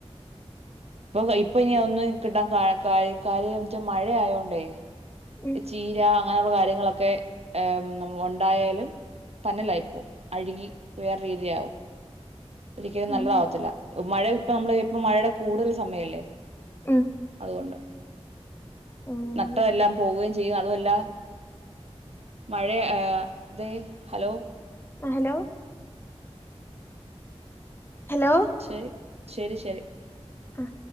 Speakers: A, on the right (about 65°); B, on the left (about 20°).
A: ഇപ്പൊ ഇപ്പൊ ഇനി ഒന്ന് കിട്ടാൻ കാര് കാര്യ വെച്ചാൽ മഴയായോണ്ടേ
B: ഉം
A: ചീര അങ്ങനെയുള്ള കാര്യങ്ങളൊക്കെ എം ഉണ്ടായാലും പനലായിപ്പോ അഴുകി വേറെ രീതിയാവും ഒരിക്കലും
B: ഉം
A: നല്ലതാവത്തില്ല മഴ ഇപ്പൊ നമ്മള് ഇപ്പ മഴയുടെ കൂടുതൽ സമയല്ലേ
B: ഉം
A: അതുകൊണ്ട്
B: ഉം.
A: നട്ടതെല്ലാം പോവുകയും ചെയ്യും അതുമല്ല മഴയ ആഹ തെ ഹലോ
B: ആ ഹലോ ഹലോ
A: ശരി ശരി ശരി
B: ആഹ്